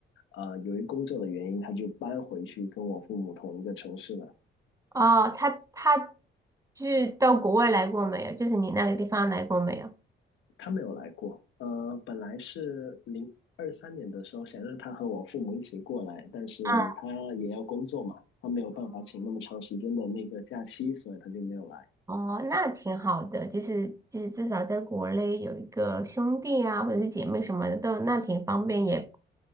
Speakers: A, on the left; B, on the right.
A: 呃，由于工作的原因，他就搬回去跟我父母同一个城市了。
B: 哦，他他就是到国外来过没有？就是你那个地方来过没有？
A: 他没有来过。呃，本来是零二三年的时候想让他和我父母一起过来，但是他也要工作嘛，
B: 嗯，
A: 他没有办法请那么长时间的那个假期，所以他就没有来。
B: 哦，那挺好的，就是就是至少在国内有一个兄弟啊，或者是姐妹什么的，都那挺方便，也